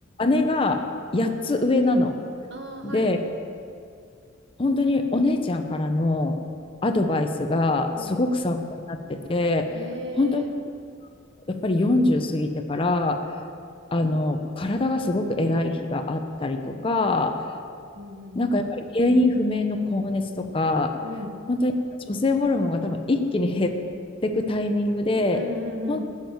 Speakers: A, on the left; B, on the right.
A: 姉が8つ上なの。
B: ああ、はい。
A: で、本当にお姉ちゃんからのアドバイスがすごく参考になってて、
B: うん。え
A: 本当に
B: えー。
A: やっぱり40過ぎてから、あの、体がすごく偉い日があったりとか、
B: うんうん
A: なんかやっぱり原因不明の高熱とか、
B: うん。
A: 本当に女性ホルモンが多分一気に減っていくタイミングで、
B: うんうんうん。
A: 本